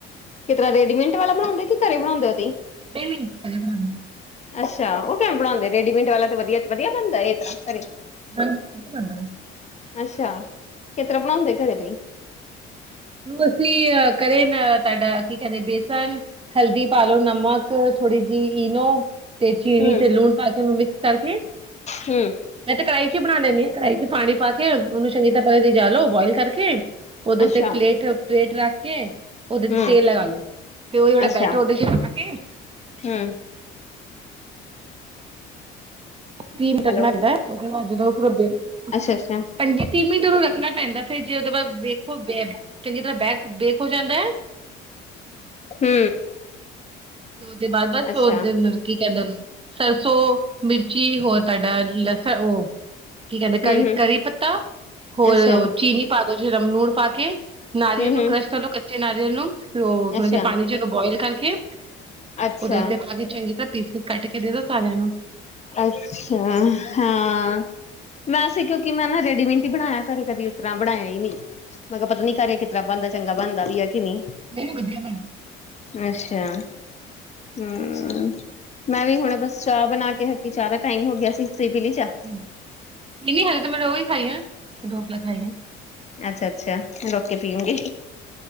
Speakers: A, on the left; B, on the right.
A: ਕਿਤਰ੍ਹਾਂ ਰੇਡੀਮਿੰਟ ਵਾਲਾ ਬਣਾਂਦੇ ਹੋ ਕਿ ਘਰੇ ਬਣਾਂਦੇ ਹੋ ਤੁਸੀਂ।
B: <inaudible> <inaudible>
A: ਅੱਛਾ ਉਹ ਕਿਵੇਂ ਬਣਾਂਦੇ, ਰੇਡੀਮਿੰਟ ਵਾਲਾ ਤੇ ਵਧੀਆ- ਵਧੀਆ ਬਣਦਾ ਇਹ ਤਰ੍ਹਾਂ ਘਰੇ।
B: ਵਧੀਆ ਬਣਦਾ।
A: ਅੱਛਾ ਕਿਤਰ੍ਹਾਂ ਬਣਾਂਦੇ ਘਰੇ ਤੁਹੀ।
B: ਅਸੀਂ ਘਰੇ ਨਾ। ਤੁਹਾਡਾ ਕੀ ਕਹਿੰਦੇ ਬੇਸਨ, ਹਲਦੀ ਪਾਲੋ, ਨਮਕ ਥੋੜ੍ਹੀ ਜਿਹੀ ਈਨੋ। ਤੇ ਚੀਨੀ
A: ਹੂੰ,
B: ਤੇ ਲੂਣ ਪਾ ਕੇ ਉਹਨੂੰ ਮਿਕਸ ਕਰਕੇ
A: ਹੂੰ,
B: ਮੈਂ ਤੇ ਕੜਾਹੀ ਚੀ ਬਣਾ ਲੈਂਦੀ ਹਾਂ। ਕੜਾਹੀ ਚ ਪਾਣੀ ਪਾ ਕੇ ਉਹਨੂੰ ਚੰਗੀ ਤਰ੍ਹਾਂ ਰਿਜਾ ਲੋ ਬੋਇਲ ਕਰਕੇ ਉਹਦੇ
A: ਅੱਛਾ,
B: ਉੱਤੇ। ਉੱਤੇ ਪਲੇਟ ਰੱਖ ਕੇ। ਉਹਦੇ ਚ
A: ਹੂੰ,
B: ਤੇਲ ਲਗਾ ਲੋ, ਤੇ ਉਹ ਜੇੜਾ
A: ਅੱਛਾ,
B: ਬੈਟਰ, ਉਹਦੇ ਚ ਪਾ ਕੇ
A: ਹੂੰ,
B: ਤੀਹ ਮਿੰਟ
A: ਹੈਲੋ,
B: ਰੱਖਣਾ ਹੁੰਦਾ ਏ, ਉਦੇ ਬਾਦ ਜਦੋਂ <unintelligible>
A: ਅੱਛਾ-ਅੱਛਾ,
B: ਪੰਜੀ ਤੀਹ ਮਿੰਟ ਇਨੂੰ ਰੱਖ ਰੱਖਣਾ ਪੈਂਦਾ, ਫੇ ਜੇ ਉਹਦੇ ਬਾਅਦ ਵੇਖੋ, ਬੈਬ ਚੰਗੀ ਤਰ੍ਹਾਂ ਬੈ ਬੇਕ ਹੋ ਜਾਂਦਾ ਐ।
A: ਹੂੰ।
B: ਤੇ ਉਹਦੇ ਬਾਅਦ ਬਸ
A: ਅੱਛਾ,
B: ਉਹਦੇ ਅੰਦਰ, ਕੀ ਕਹਿੰਦੇ ਉਹਨੂੰ? ਸਰਸੋਂ ਮਿਰ ਜੀ ਹੋਰ ਤੁਹਾਡਾ, ਲਸ ਉਹ ਕੀ ਕਹਿੰਦੇ?
A: ਹੂੰ-ਹੂੰ,
B: ਕਰੀ-ਕਰੀ ਪੱਤਾ, ਹੋਰ
A: ਅੱਛਾ,
B: ਚੀਨੀ ਪਾ ਦੋ ਜੇ ਰਮ ਲੂਣ ਪਾ ਕੇ ਨਾਰੀਅਲ
A: ਹੂੰ-ਹੂੰ,
B: ਨੂੰ ਕ੍ਰਸ਼ ਕਰ ਲੋ, ਕੱਚੇ ਨਾਰੀਅਲ ਨੂੰ, ਫਿਰ ਉਹ ਥੋੜੇ
A: ਅੱਛਾ।
B: ਜਿਹੇ ਪਾਣੀ ਚ ਉਹਨੂੰ ਬੋਇਲ ਕਰਕੇ
A: ਅੱਛਾ,
B: ਉਹਦੇ ਉੱਤੇ ਪਾ ਕੇ ਚੰਗੀ ਤਰ੍ਹਾਂ, ਪੀਸੀਸ ਕੱਟ ਕੇ ਦੇ ਦੋ ਸਾਰਿਆਂ ਨੂੰ।
A: ਅੱਛਾ, ਹਾਂ, ਵੈਸੇ ਕਿਉਂਕਿ ਮੈਂ ਨਾ ਰੇਡੀਮਿੰਟ ਕੀ ਬਣਾਇਆ ਘਰੇ ਕਦੀ ਉਸ ਤਰ੍ਹਾਂ? ਬਣਾਇਆ ਈ ਨੀ। ਮੈਂ ਕਿਹਾ ਪਤਾ ਨੀ ਘਰੇ ਕਿਤਰ੍ਹਾਂ ਬਣਦਾ? ਚੰਗਾ ਬਣਦਾ ਵੀ ਐ। ਕਿ ਨੀ?
B: ਨਹੀਂ ਨਹੀਂ ਵਧੀਆ ਬਣ
A: ਅੱਛਾ, ਹੂੰ। ਮੈਂ ਵੀ ਹੁਣੇ ਬਸ ਚਾਹ ਬਣਾ ਕੇ ਹਟੀ, ਚਾਹ ਦਾ ਟਾਈਮ ਹੋ ਗਿਆ ਸੀ। ਤੁਸੀਂ ਪੀਲੀ ਚਾਹ।
B: ਕਿੰਨੀ ਖਾਈ ਐ? ਹਜੇ ਤੇ ਮੈਂ ਦੋ ਈ ਖਾਈ ਐ। ਡੋਕਲਾ ਖਾਈ ਆ।
A: ਅੱਛਾ-ਅੱਛਾ, ਲੋਕੀ ਪੀਂਣਗੇ,